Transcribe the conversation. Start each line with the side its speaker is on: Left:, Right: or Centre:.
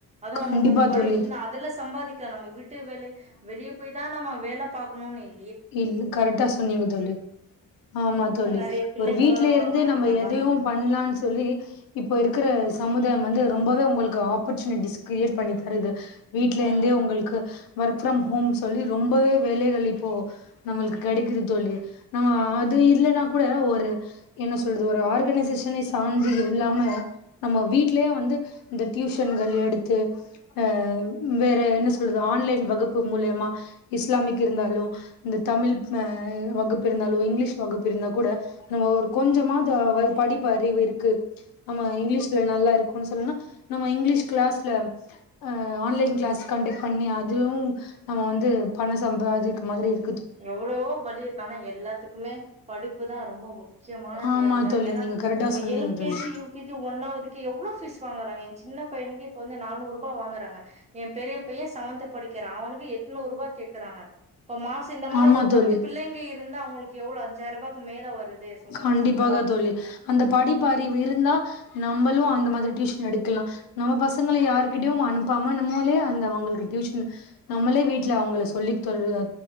Right: அதுவு அவுங்குளுக்கு
Left: கண்டிப்பா
Right: கொஞ்சோ படிப்பிந்தா
Left: தோழி
Right: அதுல சம்பாதி நம்ம விட் டு வெலக் போய்தா நம்ம வேல பாக்கணு நொ னில்
Left: இல் கரெக்டா சொன்னீங்க தோழி ஆமா தோழி
Right: நெறைய பிள்ளைங்க
Left: ஒரு வீட்ல
Right: வருவாங்க
Left: இருந்து நம்ம
Right: அந்த
Left: எதையும்
Right: மாரி.
Left: பண்ணலான்னு சொல்லி இப்ப இருக்கிற சமுதாயம் வந்து ரொம்பவே உங்குளுக்கு ஆப்பர்ச்சுனிட்டிஸ் கிரியேட் பண்ணித்தருது வீட்ல
Right: ம்.
Left: இந்தே உங்குளுக்கு ஒர்க் ஃபிரோம் ஹோம் சொல்லி ரொம்பவே வேலைகள் இப்போ நம்ளுக்கு கெடைக்குது தோழி நம்ம அது இல்லன்னா கூட ஒரு என்ன சொல்றது ஒரு ஆர்கனைசேஷனை சார்ந்து இல்லாம நம்ம வீட்லயே வந்து இந்த டியூஷன்கள் எடுத்து அ வேற என்ன சொல்றது ஆன்லைன் வகுப்பு மூலியமா இஸ்லாமிக்கு இருந்தாலு இந்த தமிழ் அ வகுப்பு இருந்தாலோ இங்கிலீஷ் வகுப்பு இருந்தா கூட நம்ம ஒரு கொஞ்சமாது வா படிப்பு அறிவு இருக்கு ஆமா இங்கிலீஷ்ல நல்லா இருக்கோ ஒன் சொல்னா நம்ம இங்கிலீஷ் கிளாஸ்ல அ ஆன்லைன் கிளாஸ் கண்டக்ட் பண்ணி அதுவு நம்ம வந்து பண சம்பாதிக் மாரி இரு
Right: எவ்ளவோ வழி இருக்கு ஆனா எல்லாத்துக்குமே படிப்புதா ரொம்ப முக்கியமான
Left: ஆமா
Right: தேவையா
Left: தோழி
Right: இருக்கு ஏன்னா
Left: நீங்க கரெக்டா
Right: இப்ப
Left: சொன்னீங்க
Right: எல் கே
Left: தோழி
Right: ஜி யு கே ஜி ஒன்னாவதுக்கே எவ்ளோ ஃபீஸ் வாங்கறவே சின்ன பையனுக்கே இப்ப வந்து நானூறு ரூபா வாங்குறாங்க எ பெரிய பையன் செவன்த் படி கி அவனுக்கு எட்நூறு ரூபா கேக்குறாங்க இப்ப மா து இந்தமாரி
Left: ஆமா
Right: ஒரு பத்து
Left: தோழி
Right: பிள்ளைங்க இருந்தா அவுங்குளுக்கு எவ்ளோ அஞ்சாயி ரூபா க்கு மேல வருது சொல்லுங்க
Left: கண்டிப்பாக
Right: சம்பளோ
Left: தோழி அந்த படிப்பறிவு இருந்தா நம் நம்மளும் அந்த மாதிரி டியூசன் எடுக்கலா நம்ம பசங்களை யாருகிட்டயு அனுப்பாம நம்மூளே அந்த அவங்களுக்கு டியூஷன் நம்மளே வீட்டுல அவங்கள சொல்லித்தெரல